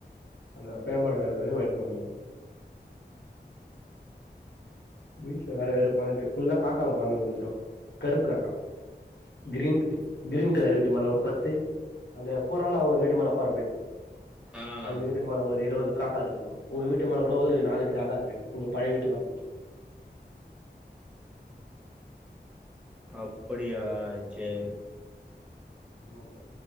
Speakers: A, on the left; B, in the centre.
A: அந்த பேமென்ட் எடுக்ரவரியு வெயிட் பண்ணு வீட்ல வேற வெறுப்பாக்குது ஃபுல்லா காக்காங்க பர்ந்துங்குது ப்ரோ கருப்பு காக்கா கிரீன் கிரீன் கலர் இருட்டுமான ஒரு பத்து அந்த புறால்லா ஒரு வீட்டுமேல உக்காருமே
B: ஆ
A: அந்த வீட்டு மேல ஒரு இருவது காக்கா இருக்குது ப்ரோ உங்க வீட்டுமேல கூட ஒரு நாலஞ்சு காக்கா இருந்து உங்க பழைய வீட்டு மேல
B: அப்படியா சேரி
A: ஆமா ப்ரோ